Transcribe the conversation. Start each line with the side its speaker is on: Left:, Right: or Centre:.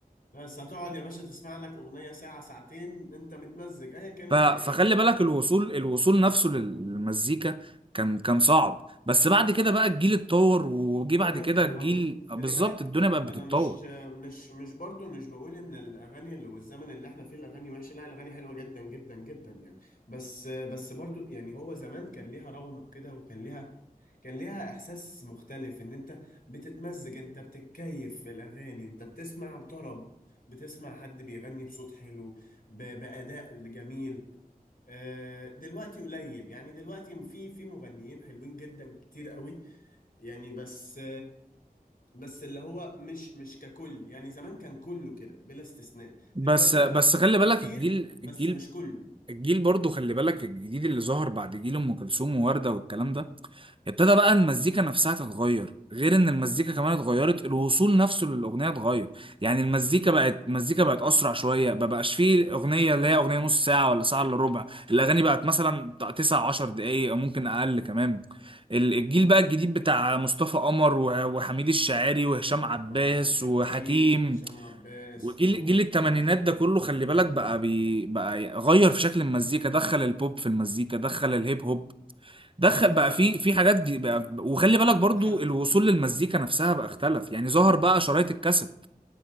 Left: بس هتقعد يا باشا تسمع لك اغنية ساعة ساعتين انت متمزج ايا كانت
Right: ف- فخلي
Left: هي ايه انت برضه
Right: بالك الوصول
Left: هتتبسط
Right: الوصول نفسه للمزيكا كان كان صعب بس بعد كده
Left: آه.
Right: بقى الجيل اتطور وجي
Left: الدنيا
Right: بعد كده
Left: اتطورت
Right: الجيل بالظبط
Left: خلي بالك
Right: الدنيا بقت بتتطور
Left: انا مش مش مش برضه مش بقول ان الاغاني اللي والزمن اللي احنا فيه الاغاني وحشة لا الاغاني حلوة جدا جدا جدا يعني بس بس برضه يعني هو زمان كان ليها رونق كده وكان ليها كان ليها احساس مختلف ان انت بتتمزج انت بتتكيف في الاغاني انت بتسمع طرب بتسمع حد بيغني بصوت حلو ب- بأداء جميل آه، دلوقتي قليل يعني دلوقتي في في مغنيين حلوين جدا كتير قوي يعني بس بس اللي هو مش مش ككل يعني زمان كان كله كده بلا استثناء
Right: بس
Left: دلوقتي
Right: بس
Left: بقى
Right: خلي بالك
Left: كتير
Right: الجيل
Left: بس
Right: الجيل
Left: مش كله
Right: الجيل برضه خلي بالك الجديد اللي ظهر بعد جيل ام كلثوم ووردة والكلام ده ابتدى بقى المزيكا نفسها تتغير غير ان المزيكا كمان اتغيرت الوصول نفسه للاغنيه اتغير يعني المزيكا
Left: آه.
Right: بقت المزيكا بقت اسرع شويه ما بقاش فيه اغنيه اللي هي اغنيه نص ساعه ولا ساعه الا ربع الاغاني بقت مثلا 9 10 دقائق او ممكن اقل كمان ال-
Left: مم.
Right: الجيل بقى الجديد بتاع مصطفى قمر و- وحميد الشاعري وهشام عباس
Left: وحكيم
Right: وحكيم
Left: وهشام عباس
Right: وجيل
Left: وطبعا
Right: جيل الثمانينات ده كله خلي بالك بقى بي بقى غير في شكل المزيكا دخل البوب في المزيكا دخل الهيب
Left: طبعا
Right: هوب دخل
Left: بعد كده
Right: بقى في في حاجات جي- بقى وخلي بالك برضو
Left: دخلت
Right: الوصول للمزيكا نفسها بقى اختلف يعني ظهر بقى شرايط الكاسيت